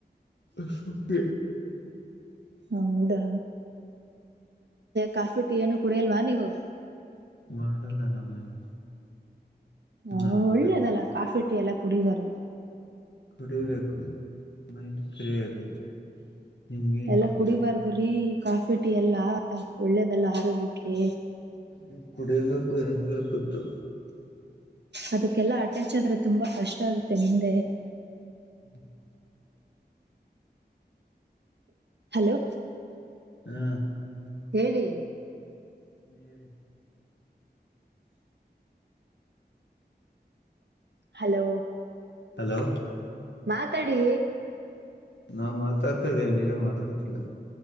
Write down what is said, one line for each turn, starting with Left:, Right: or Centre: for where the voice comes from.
Left: ಸಪ್ಪ
Right: ಹೌದಾ ಕಾಫಿ ಟೀ ಏನು ಕುಡಿಯಲ್ವಾ ನೀವು
Left: ಮಾಡಲ್ಲ ನಮ್ಮನೆ
Right: ಹ
Left: ನಾವು ಕುಡಿತೀವಿ
Right: ಒಳ್ಳೇದಲ್ಲ ಕಾಫಿಟೀ ಎಲ್ಲಾ ಕುಡಿಬಾರ್ದು
Left: ಕುಡಿಬೇಕು ಮೈಂಡ್ ಫ್ರೀ ಆಗುತ್ತೆ ನಿಮ್ಗೇನ್
Right: ಎಲ್ಲಾ
Left: ಗೊತ್ತು
Right: ಕುಡಿಬಾರ್ದರೀ ಕಾಫಿ ಟೀ ಎಲ್ಲಾ ಒಳ್ಳೇದಲ್ಲ ಆರೋಗ್ಯಕ್ಕೆ
Left: ಹ್ಮ ಕುಡಿಯಬೇಕು ಎಬೇಕತ್ತು
Right: ಅದಕ್ಕೆಲ್ಲಾ ಅಟ್ಯಾಚ್ ಆದ್ರೆ ತುಂಬಾ ಕಷ್ಟ ಆಗುತ್ತೆ ಮುಂದೆ
Left: ಹ್ಮ್
Right: ಹಲೋ
Left: ಹ್ಮ್
Right: ಹೇಳಿ
Left: ಹೇಳಿ
Right: ಹಲೋ
Left: ಹಲೋ
Right: ಮಾತಾಡಿ
Left: ನಾನ್ ಮಾತಾಡ್ತಾ ಇದ್ದೇವಿ ನೀವೇ ಮಾತಾಡ್ತಿಲ್ಲ